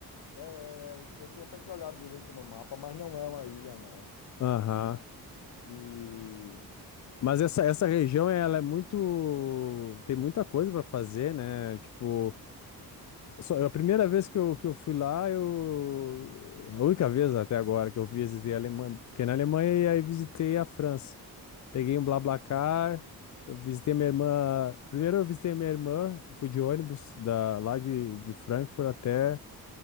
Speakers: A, on the left; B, on the left.
A: É, eu tenho até que olhar direito no mapa, mas não é uma ilha não.
B: Aham.
A: E, e-
B: Mas essa, essa região, ela é muito. Tem muita coisa para fazer, né? Tipo, só, a primeira vez que eu, que eu fui lá, eu. é A única vez até agora que eu visitei a Alemanha. Fiquei na Alemanha e aí visitei a França. Peguei um BlaBlaCar, eu visitei minha irmã. Primeiro eu visitei minha irmã, fui de ônibus da, lá de, de Frankfurt até.